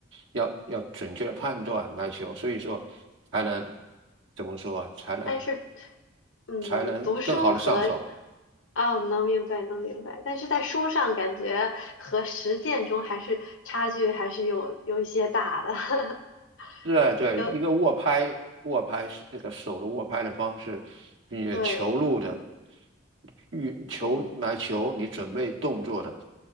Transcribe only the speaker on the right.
要要准确的判断来球，所以说才能怎么说啊，才能
才能更好的上手。
对对，
一个握拍，握拍是那个手的握拍的方式，并且球路的
运球来球，
你准备动作的